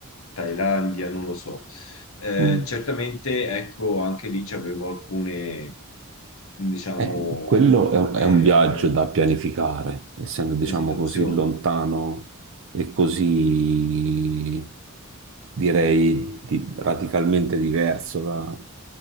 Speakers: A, on the left; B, on the right.
A: Thailandia, non lo so. Eh,
B: Mm.
A: certamente, ecco, anche lì avevo alcune, diciamo,
B: Eh, quello è,
A: eh,
B: è un viaggio da pianificare, essendo, diciamo,
A: esitazioni.
B: così lontano e così, direi, di- radicalmente diverso da-